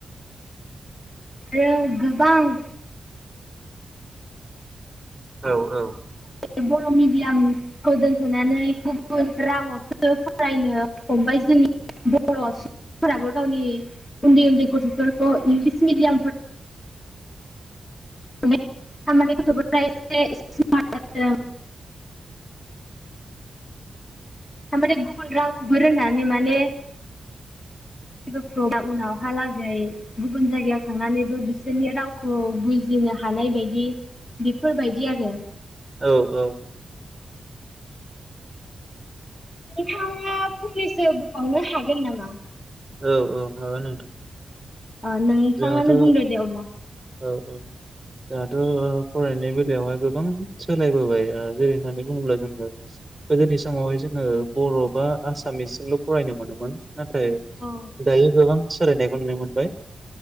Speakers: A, on the left; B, in the centre.
A: आरो गोबां
B: औ औ
A: बे बर' मिडियामखौ जों फजनानै गुबुन राव सो फरायनो हमबाय जोंनि बर' सुबुंफोराबो गावनि उन्दै उन्दै गथ'फोरखौ इंलिस मिडियामफोराव थारमानि गथ'फ एसे समार्ट ज जाथों थारमाने गुबुन रावखौबो रोंनानै माने जेबो उनावहालागै गुबुन जायगायाव थांनानैबो बिसोरनि रावखौ बुजिनो हानाय बायदि बेफोरबायदि आरो
B: औ औ
A: नोंथांङा फंनैसो बुंबावनो हागोन नामा?
B: औ औ माबा नोंथां
A: ओ नोंथांङानो
B: जोंहाथ'
A: बुंदो दे अब्ला
B: औ औ जोंहाथ' फरायनाय बेलायावहाय गोबां सोलायबोबाय ओ जेरै होननानै बुङोब्ला जोङो गोदोनि समावहाय जोङो बर' बा आसामिसजोंल' फरायनो मोनोमोन नाथाय
A: औ
B: दायो गोबां सोलायनाय फरायनो ओ मोनबाय